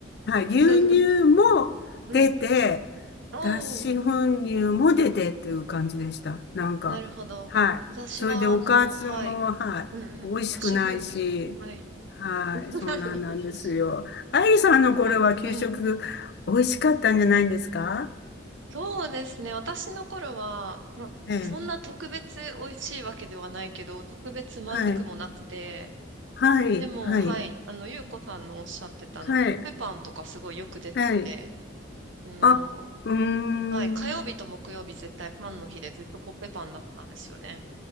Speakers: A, on the left (about 55°); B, on the right (about 70°).
A: はい、
B: <laughs>
A: 牛乳も出て、
B: うん。おー、
A: 脱脂粉乳も出てっていう感じでした。なんか、
B: なるほど。
A: はい。
B: 私は、
A: それでおかずも、
B: あの、はい。
A: はい、
B: うんうん。
A: 美味しくないし、
B: 脱脂粉乳。はい。
A: はい、
B: <laughs>
A: そんなんなんですよ。あゆさんの頃は給食美味しかったんじゃないんですか
B: おい、うん。そうですね。私の頃は、まあ、
A: ええ、
B: そんな特別美味しいわけではないけど、特別まずくもなくて、
A: はい、はい、
B: でも、
A: はい、
B: はい。あの、ゆうこさんのおっしゃってた、
A: はい、
B: あの、コッペパンとかすごいよく出てて、
A: はい。
B: あの、
A: あ、うーん。
B: はい。火曜日と木曜日絶対パンの日でずっとコッペパンだったんですよね。